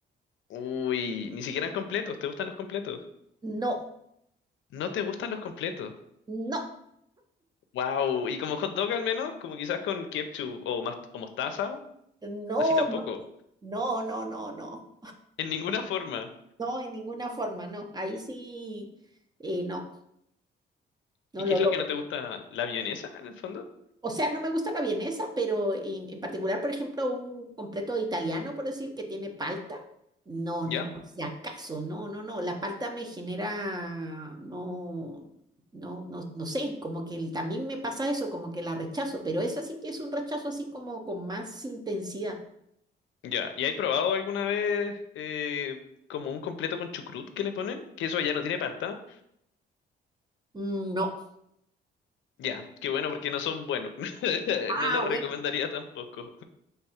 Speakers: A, on the left (about 75°); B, on the right (about 20°).
A: Uy, ni siquiera completos, ¿te gustan los completos?
B: no,
A: No te gustan los completos.
B: no,
A: Wow, y como hot dog al menos, como quizás con ketchup o, mas- o mostaza,
B: no,
A: así tampoco,
B: no, no, no, no, no,
A: en ninguna forma.
B: no, en ninguna forma, no. Ahí sí, eh, no, no
A: ¿Y
B: lo
A: qué es
B: logro.
A: lo que no te gusta? ¿La vienesa en el fondo?
B: O sea, no me gusta la vienesa, pero en, en particular, por ejemplo, un completo italiano, por decir, que tiene palta. No,
A: ¿Ya?
B: ni por si acaso, no, no, no. La palta me genera, no, no, no, no sé, como que el- también me pasa eso, como que la rechazo, pero esa sí que es un rechazo así como con más intensidad.
A: Ya. ¿Y hay probado alguna vez eh, como un completo con chucrut que le ponen? Que eso ya no tiene palta.
B: Mm, No.
A: Ya, qué bueno porque no son buenos. <laughs>
B: Ah,
A: No los recomendaría
B: bueno.
A: tampoco.